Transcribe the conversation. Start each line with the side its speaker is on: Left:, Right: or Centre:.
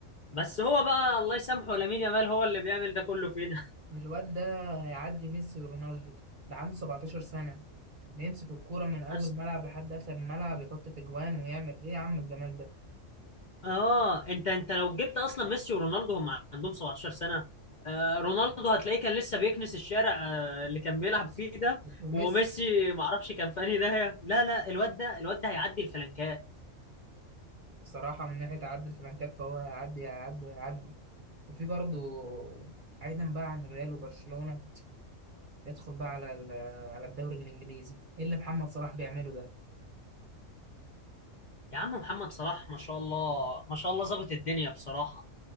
Left: بس هو بقى الله يسامحه لامين يامال هو اللي بيعمل ده كله فينا
Right: الواد ده هيعدي ميسي ورونالدو ده عنده 17 سنة بيمسك الكورة من أول
Left: <laughs>
Right: ملعب لحد آخر الملعب يحط في جوان ويعمل إيه يا عم الجمال ده
Left: اه انت انت لو جبت اصلا ميسي ورونالدو هم عندهم 17 سنه آه رونالدو هتلاقيه كان لسه بيكنس الشارع آه اللي كان بيلعب فيه ده
Right: وميسي
Left: وميسي ما اعرفش كان في انهي داهيه لا لا الواد ده الواد ده هيعدي الفلنكات
Right: صراحة من ناحية عد الفلانكات فهو هيعدي هيعدي هيعدي وفي برضه بعيدا بقى عن الريال وبرشلونة ادخل بقى على ال- على الدوري الإنجليزي إيه اللي محمد صلاح بيعمله ده؟
Left: يا عم محمد صلاح ما شاء الله ما شاء الله ظابط الدنيا بصراحه